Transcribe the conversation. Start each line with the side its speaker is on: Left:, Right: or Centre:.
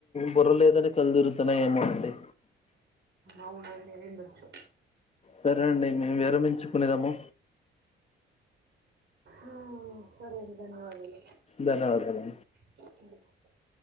Left: బుర్ర లేదని కళ్ళు తిరుగుతున్నాయి ఏమో అండి
Right: అవును అండి అయిండచ్చు
Left: సరే అండి మేము విరమించుకునేదాము
Right: ఆ సరే అండి ధన్యవాదాలు
Left: ధన్యవాదాలు
Right: <inaudible>